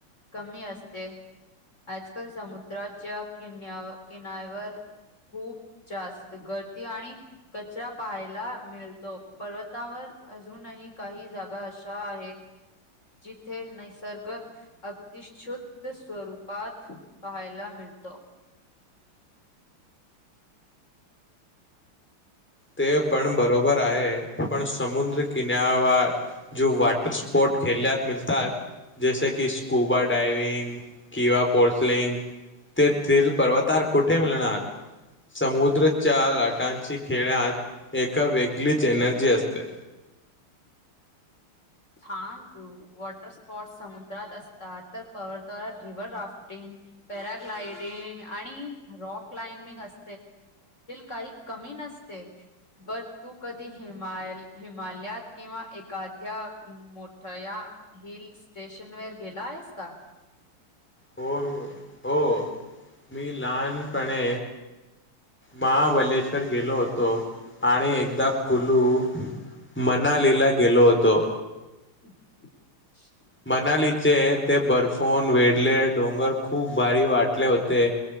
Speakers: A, on the left; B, in the centre.
A: कमी असते. आजकाल समुद्राच्या कि किनवर खूप जास्त गर्दी आणि कचरा पाहायला मिळतो पर्वतावर अजूनही काही जागा अशा आहेत जिथे निसर्ग अिशछुत स्वरूपात पहायला मिळ मिळतो
B: ते पण बरोबर आहे पण समुद्र किना वर जो वॉटर स्पोर्ट खेळल्यात मिळतात जैसे की स्कूबा डायविंग किवा पोर्सलिंग तेथील पर्वतार कुठे मिळणार समुद्रच्या लाटांची खेळात ए वेगळीच एनर्जी असते
A: छानू वॉटर स्पोर्ट समुद्रात असतात तर परद्ार रिव्हर राफ्टिंग ् आणिक क्ंग अस का क न बर तू कधी हिमालयात किंवा एखाद्या मोठया हिल स्टेशन वर गेला आहेस का
B: हो हो मी लहानपणे महाबलेश्वर गेलो होतो आणि एकदा कुलू मनालीला गेलो होतो
A: हम्
B: मनालीचे ते बर्फून वेढले डोंगर खूप भारी वाटले होते